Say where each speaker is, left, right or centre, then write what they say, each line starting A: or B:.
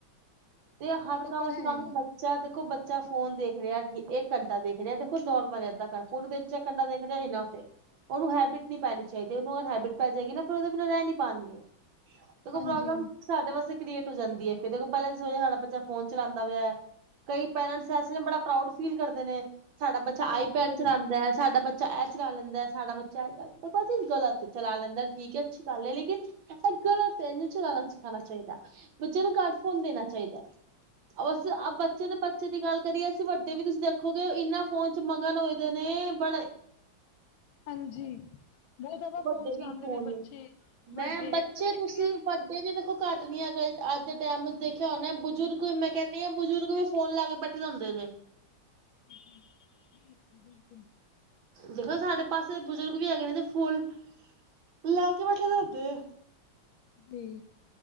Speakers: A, on the right; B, on the left.
A: ਤੇ ਹਰ
B: ਉਹ
A: ਕੰਮ
B: ਤਾਂ
A: ਅਸੀ
B: ਹੈ
A: ਕਾਂਗੇ
B: ਹੀ
A: ਬੱਚ ਏਹਿ ਦੇਖੋ ਬੱਚਾ ਫੋਨ ਦੇਖ ਰਿਹਾ ਠੀ ਇਹ ਘੰਟਾ ਦੇਖ ਰਿਹਾ ਦੇਖੋ ਨੋਰਮਲ ਏਦਾਂ ਤਾਂ ਪੂਰੇ ਦਿਨ ਚ ਕੰਦਾ ਦੇਖਦੇ ਇਨਾ ਫ ਉਹਨੂੰ ਹੈਬਿਟ ਨਹੀਂ ਪੈਣੀ ਚਾਹੀਦੀ ਉਹਨੂੰ ਹੈਬਿਟ ਪੈ ਜਾਏਗੀ ਨਾ ਫਿਰ ਉਹਦੇ ਬਿਨਾਂ ਰਹਿ ਨਹੀਂੀ ਪਾਉਣਗੇ ਤਾਂ ਕੋਈ
B: ਹਾਂਜੀ
A: ਪ੍ਰੋਬਲਮ ਸਾਡੇ ਵਾਸਤੇ ਕ੍ਰਏਟ ਹੋ ਜਾਂਦੀ ਫਿਰ ਜਦੋਂ ਪਹਿਲਾ ਤਾਂ ਸਾਡਾ ਬੱਚਾ ਫੋਨ ਚਲਾਉਂਦਾ ਪਿਆ ਕਈ ਪੇਰੈਂਟਸ ਐਸੇ ਨੇ ਬੜਾ ਪ੍ਰਊਡ ਫੀਲ ਕਰਦੇ ਨੇ ਸਾਡਾ ਬੱਚਾ ਆਈਪੈਡ
B: ਬਿਲਕੁਲ
A: ਚਲਾਉਂਦਾ ਹੈ ਸਾਡਾ ਬੱਚਾ ਇਹ ਚਲਾ ਲੈਂਦਾ ਸ ਸਾਡਾ ਬੱਚਾ ਇਹ ਚਲਾ ਲੈਂਦਾਤਾ ਚੀਜ਼ ਗਲਤ ਚਲਾ ਲੈਂਦਾ ਠੀਕ ਗਲ ਆ ਲੇਕਿਨ ਐ ਤਾਂ ਗਲਤ ਹੈ ਨਹੀਂ ਚਲਾਣਾ ਚਾਹੀਦਾ ਬੱਚੇ ਨੂੰ ਘਟ ਫੋਨ ਦੇਣਾ ਚਾਹੀਦਾ ਉਹ ਅਸੀਂ ਬੱਚੇ ਤੇ ਬੱਚੇ ਦੀ ਗੱਲ ਕਰੀਏ ਅਸੀਂ ਵੱਡੇ ਵੀ ਤੁਸੀਂ ਦੇਖ ਦੇਖੋਗੇ ਇਨਾਂ ਫੋਨ ਚ ਮਗਨ ਹੋਏ ਦੇ ਨੇ ਬੜੇ
B: ਹਾਂਜੀ ਬਹੁਤ ਜ਼ਿਆਦਾ
A: ਵੱਡੇ
B: ਫੋਨ ਚਲਾਉਂਦੇ
A: ਵੀ ਫੋਨ
B: ਨੇ ਬੱਚੇ ਵੱਡੇ
A: ਮੈਂ ਬੱਚੇ
B: ਪਰ
A: ਤੁਸੀਂ
B: ਇੱਕ ਨਾ
A: ਵੱਡੇ ਵੀ ਦੇਖੋ ਘੱਟ ਨੀ ਹੈਗੇ ਅੱਜ ਦੇ ਟਾਈਮ ਦੇਖਿਆ ਉਹਨਾ ਬਜ਼ੁਰਗ ਵੀ ਮੈਂ ਕਹਿੰਦੀ ਹਾਂ ਬਜ਼ੁਰਗ ਵੀ ਫੋਨ ਲਾ ਕੇ ਬੈਠੇ ਹੁੰਦੇ ਦੇ
B: ਜੀ ਬਿਲਕੁਲ ਬਿਲਕੁਲ
A: ਦੇਖੋ ਸਾਡੇ ਪਾਸੇ ਦੇ ਬਜ਼ੁਰਗ ਵੀ ਹੈਗੇ ਨੇ ਫੁੱਲ ਲਾ ਕੇ ਬੈਠੇ ਦ ਉਦੇ ਆ
B: ਵੀ